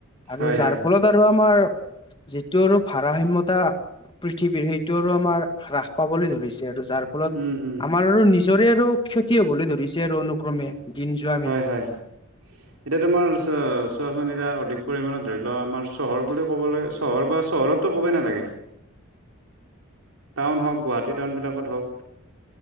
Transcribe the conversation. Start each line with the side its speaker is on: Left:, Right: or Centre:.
Left: আৰু
Right: হয়
Left: যাৰ
Right: হয়
Left: ফলত আৰু আমাৰ যিটোৰ, আৰু ভাৰসাম্যয়তা পৃথিৱীৰ সেইটো আৰু আমাৰ, হ্ৰাস পাবলৈ ধৰিছে আৰু যাৰ ফলত,
Right: উম, উম,
Left: আমাৰ আৰু নি নিজৰে আৰু ক্ষতি হ'বলৈ ধৰিছে আৰু অনুক্ৰমে জিন য <unintelligible>
Right: হয় হয়।
Left: উম।
Right: এতিয়া তোমাৰ চ চোৱাচন, এটা অধিক পৰিমাণত ধৰি লোঁৱা, আমাৰ চহৰ বুলিও ক'বলৈ চহৰ বা চহৰতটো ক'বয়েই নালাগে। টাউন হওঁক, গুৱাহাটী টাউনবিলাকত হওঁক